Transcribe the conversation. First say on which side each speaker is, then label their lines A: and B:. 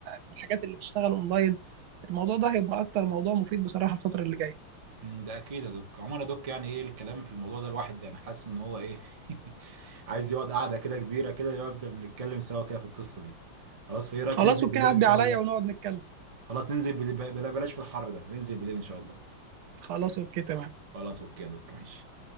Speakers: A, on the right; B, on the right.
A: من الحاجات اللي بتشتغل اونلاين الموضوع ده هيبقى اكتر موضوع مفيد بصراحه الفتره اللي جايه
B: امم، ده اكيد يا دوك عموما يا دوك يعني ايه الكلام في الموضوع ده الواحد يعني حاسس ان هو ايه <laughs> عايز يقعد قعده كده كبيره كده يفضل نتكلم سوا كده في القصه دي خلاص في ايه رايك
A: خلاص
B: ننزل
A: اوكي
B: بالليل
A: عدي
B: ان شاء
A: عليا
B: الله
A: ونقعد نتكلم
B: خلاص ننزل بال- بلا بلاش في الحر ده ننزل بالليل ان شاء الله
A: خلاص اوكي تمام
B: خلاص اوكي يا دوك ماشي